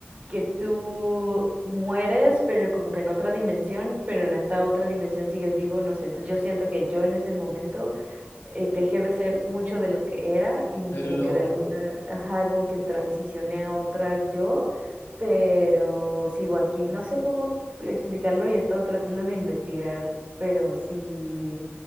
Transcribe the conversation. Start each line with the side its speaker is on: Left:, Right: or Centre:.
Right: que tú mueres, pero como que en otra dimensión, pero en esta otra dimensión sigues vivo, no sé, entonces yo siento que yo en ese momento eh, dejé de ser mucho de lo que era y
Left: te
Right: como
Left: abrió los
Right: que
Left: ojos.
Right: de alguna, ajá, como que transicioné a otra yo, pero sigo aquí. No sé cómo explicarlo y he estado tratando de investigar, pero sí,